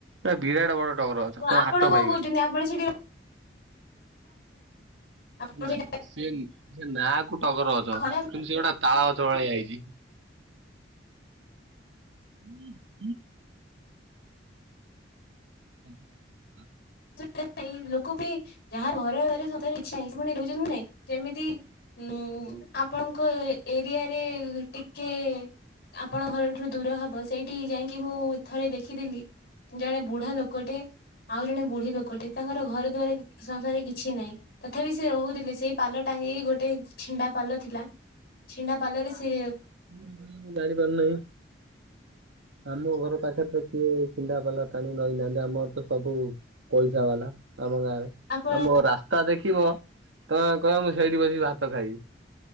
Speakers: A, on the right; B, on the left.
A: ନା ବିରାଟ ବଡ ଟଗର ଅଛ ତମ
B: ଆପଣ
A: ହାତ
B: କଣ କହୁଛନ୍ତି
A: ପାଇବନି।
B: ଆପଣ ସେଠି ଆପଣ
A: ନା
B: ସେଟା
A: ସେ ସେ ନା, ନାକୁ ଟଗର ଗଛ
B: ଖରାପ
A: କିନ୍ତୁ ସେ ଗୋଟେ ତାଳ ଗଛ ଭଳିଆ ହେଇଛି। ହୁଁ <unintelligible>
B: <unintelligible> ଲୋକ ବି ଯାହା ଘରେତାରେ ଇଚ୍ଛା ନାହିଁ ପୁଣି ରହୁଛନ୍ତି ନାଇଁ। ଯେମିତି ଉଁ ଆପଣଙ୍କ ଏରିଆରେ ଟିକେ ଆପଣଙ୍କ ଘରଠାରୁ ଦୂର ହବ, ସେଇଠି ଯାଇକି ମୁଁ ଥରେ ଦେଖିଥିଲି ଜଣେ ବୁଢା ଲୋକଟେ ଆଉ ଜଣେ ବୁଢ ଲୋକଟେ ତାଙ୍କର ଘର ଦୁଆରେ ସଂସାରେ କିଛି ନାହିଁ ତଥାପି ସେ ରହୁଥିଲେ ସେଇ ପାଲ ଟାଙ୍ଗିକି ଗୋଟେ ଛିଣ୍ଡା ପାଲ ଥିଲା ଛିଣ୍ଡା ପାଲ ରେ ସେଏ
A: ହୁଁ ହୁଁ ହୁଁ ହୁଁ ଜାଣିପାରୁ ନେଇଁ। ଆମ ଘର ପାଖରେ ତ କିଏ ଛିଣ୍ଡାପାଲ ଟାଣି ରହିନାହାନ୍ତି ଆମର ତ ସବୁ ପଇସା ବାଲା ଆମ ଗାଁରେ
B: ଆପଣ
A: ଆମ ରାସ୍ତା ଦେଖିବ ତମେ କହିବ ମୁଁ ସେଇଠି ବସି ଭାତ ଖାଇବି।